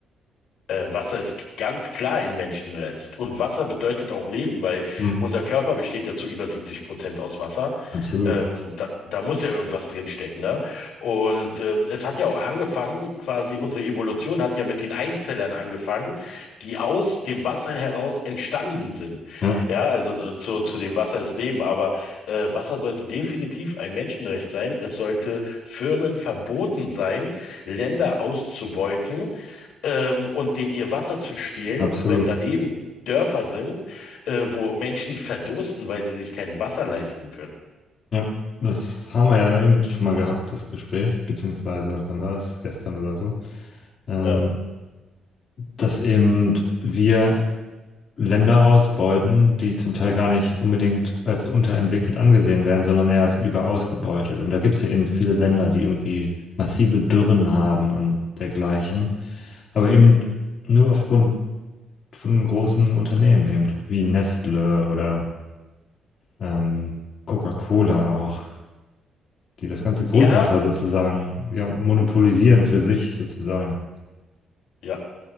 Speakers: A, on the left (about 80°); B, on the left (about 55°).
A: Äh, Wasser ist ganz klar ein Menschenrest. Und Wasser bedeutet auch Leben, weil
B: Hm,
A: unser Körper besteht ja zu über 70 Prozent aus Wasser.
B: absolut.
A: Ähm, da, da muss ja irgendwas drinstecken, ne? Und ähm, es hat ja auch angefangen, quasi unsere Evolution hat ja mit den Einzellern angefangen, die aus dem Wasser heraus entstanden sind.
B: Ja,
A: Ja, also äh, zu, zu dem Wasser ist Leben, aber äh, Wasser sollte definitiv ein Menschenrecht sein. Es sollte Firmen verboten sein, Länder auszubeuten ähm, und denen ihr Wasser zu stehlen,
B: absolut.
A: wenn daneben Dörfer sind, äh, wo Menschen verdursten, weil sie sich kein Wasser leisten können.
B: Ja, das haben wir ja eben schon mal gehabt, das Gespräch, beziehungsweise wann war das? Gestern oder so. Ähm,
A: Ja.
B: dass eben wir Länder ausbeuten, die zum Teil gar nicht unbedingt als unterentwickelt angesehen werden, sondern eher als überausgebeutet. Und da gibt es ja eben viele Länder, die irgendwie massive Dürren haben und dergleichen, aber eben nur aufgrund von großen Unternehmen eben, wie Nestle oder ähm, Coca-Cola auch, die das ganze Grundwasser
A: Ja,
B: sozusagen ja, monopolisieren für sich sozusagen.
A: ja.